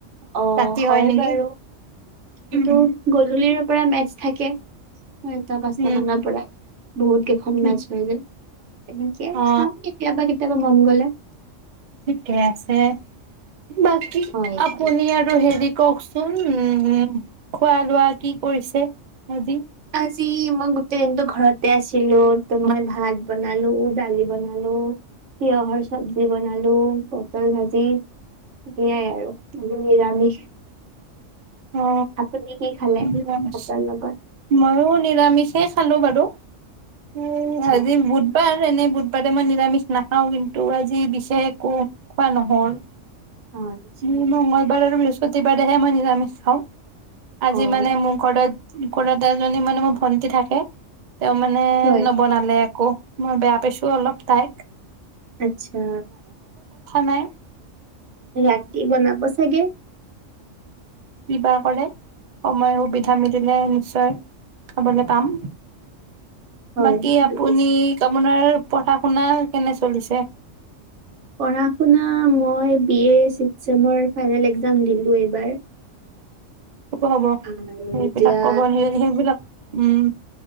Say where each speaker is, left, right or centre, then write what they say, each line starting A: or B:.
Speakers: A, on the right (about 65°); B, on the right (about 50°).
A: অ
B: ৰাতি
A: হয়
B: নেকি
A: বাৰু কিন্তু
B: উম
A: গধূলিৰ পৰা মেচ থাকে ছয়টা পাঁচটা
B: উম
A: মানৰ পৰা বহুত কেইখন
B: উম
A: মেচ হৈ যায় তেনেকে
B: অ
A: চাম কেতিয়াবা কেতিয়াবা মন গলে <inaudible>
B: ঠিকে আছে বাকী
A: হয়
B: আপুনি
A: হয়
B: আৰু হেৰি কওকচোন উম খোৱা লোৱা কি কৰিছে আজি
A: ভজি মই গোটেই দিনটো ঘৰতে আছিলো ত মই ভাত বনালো দালি বনালো তিয়হৰ চব্জি বনালো পটল ভাজি সয়াই আৰু নিৰামিষ <unintelligible>
B: অ
A: আপুনি কি খালে
B: নিৰামি
A: ভাতৰ লগত
B: ময়ো নিৰামিষে খালো বাৰু হেল্ল'
A: আচ্ছা
B: উ আজি বুধবাৰ এনে বুধবাৰে মই নিৰামিষ নাখাও কিন্তু আজি বিশছে একো খোৱা নহল
A: অ আচ্ছা
B: নি মংঙলবাৰ আৰু বৃহচ প্ৰতিবাদহে মই নিজামিষ খাওঁ আজি
A: অ
B: মানে মোৰ ঘৰত কুৰা এ এজনী মানে মোৰ ভণ্টি থাকে তেওঁ মানে
A: হয়
B: নবনালে ক মই বেয়া পাইছো অলপ তাই
A: আচ্ছা
B: নাই
A: ৰাতি বনাব চাগে
B: কি বা কৰে সময় সুবিধা মিলিলে নিশ্চয়।। খাবলৈ পাম।
A: হয়
B: বাকী
A: বুজিছো
B: আপুনি আপোনাৰ।। পঢ়া -শুনা কেনে চলিছে?
A: পঢ়া -শুনা মই বি এ চিস্ক চেমৰ ফাইনেল একজাম দিলো এইবাৰ।
B: হ'ব হ'ব
A: আৰু
B: সেইবিলাক
A: এতিয়া
B: কব সেইবিলাক।। উম।